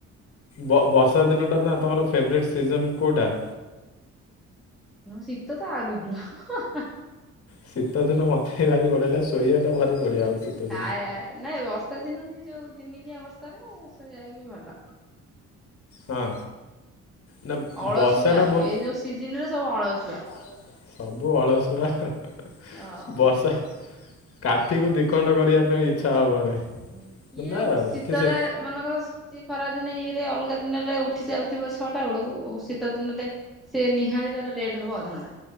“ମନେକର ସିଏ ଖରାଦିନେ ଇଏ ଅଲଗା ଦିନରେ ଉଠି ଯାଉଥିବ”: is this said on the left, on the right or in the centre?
Centre